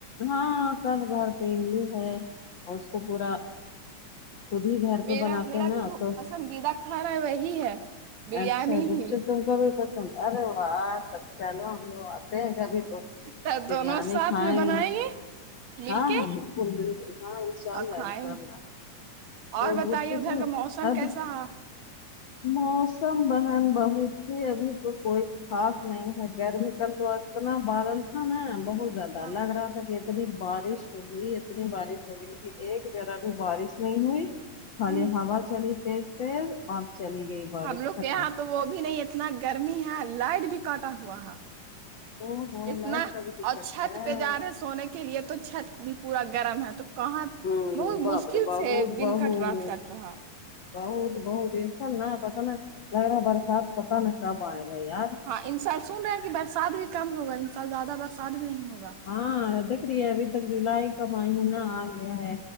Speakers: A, on the left; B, on the right.
A: ہاں سب گھر پہ املی ہے اور اس کو پورا خود ہی گھر پہ
B: میرا
A: بناتے
B: میرا
A: ہیں
B: بھی
A: نا تو
B: پسندیدہ کھانا ہے وہی ہے بریانی
A: اچھا گپ
B: ہی
A: چپ تم کو بھی پسند ارے واہ آ اچا لو ہم لوگ آتے ہیں کبھی تو
B: تو
A: بریانی
B: دونوں ساتھ
A: کھائیں
B: میں بنائیں
A: گے
B: مل
A: ہاں
B: کے
A: ہاں بالکل بالکل ہاں ان شاء
B: اور
A: اللہ
B: کھائیں
A: انشاء
B: گے
A: اللہ
B: اور
A: <unintelligible>
B: بتائیے ادھر کا موسم کیسا ہے؟
A: موسم بہن بہت ہے ابھی تو کوئی خاص نہیں ہے گرمی کا تو اتنا بادل تھا نا بہت زیادہ
B: ہاں
A: لگ رہا تھا کہ اتنی بارش ہوگی اتنی بارش ہوگی لیکن ایک جرا بھی بارش نہیں ہوئی خالی
B: ہ
A: ہوا چلی تیز تیز اور چلی گئی بارش
B: ہم لوگ
A: ختم
B: یہاں تو وہ بھی نہیں اتنا گرمی ہے لائٹ بھی کاٹا ہوا ہے
A: او ہو
B: اتنا
A: لائٹ کا بھی دقت
B: ا چھت
A: ہے
B: پہ جا رہے سونے کے کے لیے تو چھت بھی پورا گرم ہے تو کہاں
A: ہوں
B: بہت
A: باپ
B: مشکل
A: رے بہت
B: سے دن
A: بہت
B: کٹ رات کٹ رہا
A: بہت بہت انسا ن پتا نا لگ رہا ہے برسات پتا نا کب آئے گا یار
B: ہاں ان سال سن رہے ہیں کہ برسات بھی کم ہوگا ان سال زیادہ برسات بھی نہیں ہوگا
A: ہاں دیکھ رہی ہے ابھی تک جولائی کا مہینہ آ گیا ہے